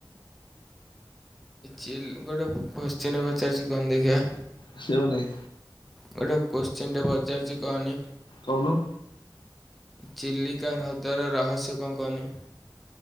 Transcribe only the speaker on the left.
ଆସିବ ନାହିଁ।
କହୁନୁ।